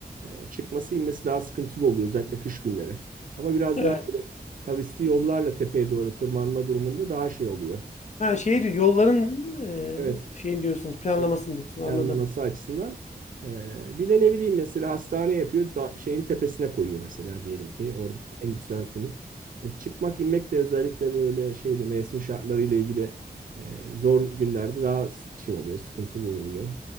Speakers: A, on the right (about 55°); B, on the left (about 45°).
A: e, çıkması inmesi daha sıkıntılı oluyor özellikle kış günleri. Ama biraz
B: Evet.
A: daha böyle kavisli yollarla tepeye doğru tırmanma durumunda daha şey oluyor.
B: Ha şey diyor yolların
A: Evet.
B: e, şeyin diyorsunuz planlamasını
A: Evet.
B: diyorsun. Anladım.
A: planlaması açısından. Ee, bir de ne bileyim mesela hastane yapıyor da şeyin tepesine koyuyor mesela diyelim ki orada en yükseltinin. E, çıkmak inmek de özellikle böyle şeyle mevsim şartlarıyla ilgili e, zor günlerde daha s- şey oluyor sıkıntılı oluyor.